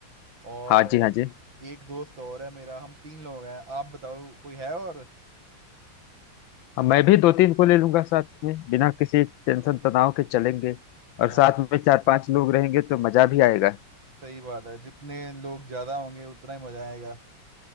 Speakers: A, on the right (about 85°); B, on the left (about 85°).
A: और
B: हाँ जी हाँ जी
A: एक दोस्त और है मेरा हम तीन लोग हैं आप बताओ कोई है और
B: हाँ, मैं भी दो तीन को ले लूंगा साथ में बिना किसी टेंशन तनाव के चलेंगे
A: हाँ
B: और साथ में चार पांच लोग रहेंगे तो मजा भी आएगा
A: सही बात है जितने लोग ज्यादा होंगे उतना ही मजा आएगा